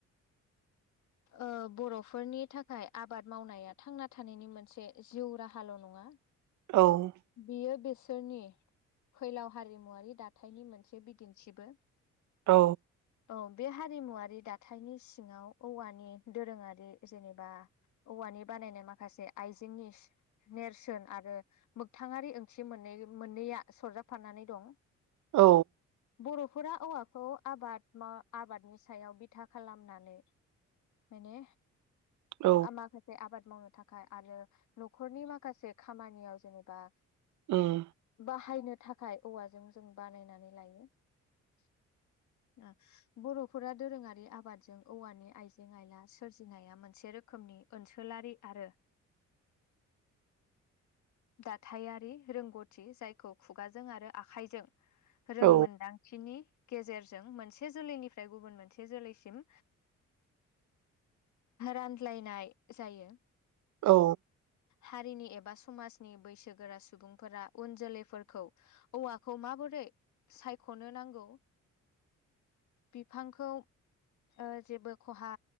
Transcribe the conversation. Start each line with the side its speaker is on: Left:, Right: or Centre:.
Left: ओ बर'फोरनि थाखाय आबाद मावनाया थांना थानायनि मोनसे जिउ राहाल' नङा हा <unintelligible>
Right: औ
Left: बियो बेस -सोरनि फैलाव हारिमुवारि दाथायनि मोनसे बिदिन्थिबो
Right: औ।
Left: औ बे हारिमुवारि दाथायनि सिङाव औवानि दोरोङारि जेनेबा औवानि बानायनाय माखासे आइजेंनिस नेरसोन आरो मोगथाङारि ओंथि मोननै मोननैया सरजाबफानानै दं ।
Right: औ।
Left: बर'फोरा औवाखौ आबाद मा आबादनि सायाव बिथा खालामनानै मायने
Right: औ
Left: आ माखासे आबाद मावनो थाखाय आरो न'खरनि माखासे खामानियाव जेने बा
Right: उम
Left: बाहायनो थाखाय औवाजों जों बानायनानै लायो । ओ बर'फोरा दोरोङारि आबादजों औवानि आइजें आइला सोरजिनाया मोनसे रोखोमनि ओनसोलारि आरो
Right: <inaudible>
Left: दाथायारि रोंगौथि जायखौ खुगाजों आरो आखाइजों रोंमोनदांथिनि
Right: औ
Left: गेजेरजों मोनसे जोलैनिफ्राय गुबुन मोनसे जोलैसिम रानज्लायनाय जायो ।
Right: औ।
Left: हारिनि एबा समाज नि बैसोगोरा सुबुंफोरा उन जोलैफोरखौ औवाखौ माबोरै सायख'नो नां नांगौ
Right: <inaudible>
Left: बिफांखौ ओ जेबो खहा